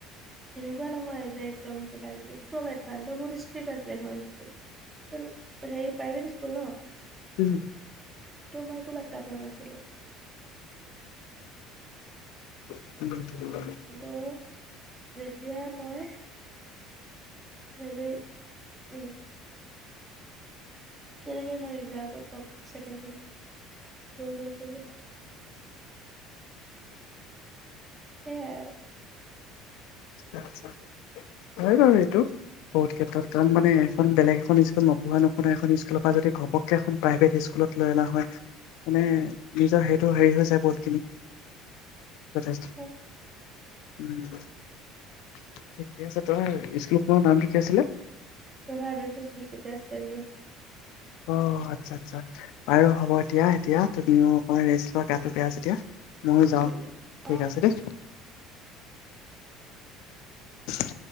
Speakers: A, on the right; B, on the left.
A: এনেকুৱা নহয় যে, একদম কিবা কিবি চব এডভান্স বহুত ষ্ট্ৰিক্ট আছিল এইখন স্কুল। কাৰণ সেই প্ৰাইভেট স্কুল ন'!
B: উম।
A: তো মই একো পাত্তা পোৱা নাছিলোঁ।
B: উম।
A: কিন্তু যেতিয়া মই হেৰী উম। তেনেকেই মই ৰিজাল্টত টপ ছেকেণ্ড হৈছিলো গৈ, গৈ, গৈ সেয়াই আৰু।
B: আচ্ছা। <unintelligible> বাৰু এইটো। বহুত ক্ষেত্ৰত কাৰণ মানে এখন বেলেগ এখন স্কুল নপঢ়া নশুনা এখন স্কুলৰ পৰা যদি ঘপক কে এখন প্ৰাইভেট স্কুলত লৈ অনা হয়, মানে নিজৰ হেৰিটো হেৰি হৈ যায় বহুতখিনি। যথেষ্ট
A: <unintelligible>
B: ঠিকে আছে, তাৰ স্কুলখনৰ নামটো কি আছিলে?
A: <unintelligible>
B: অ', আচ্ছা আচ্ছা, বাৰু হ'ব এতিয়া এতিয়া তুমিও অ', ৰেষ্ট লোৱা গাটো বেয়া যেতিয়া,
A: ঠিক
B: ময়ো
A: আছে
B: যাওঁ
A: হ'ব দিয়ক
B: ঠিক
A: অ'।
B: আছে দেই। <inaudible>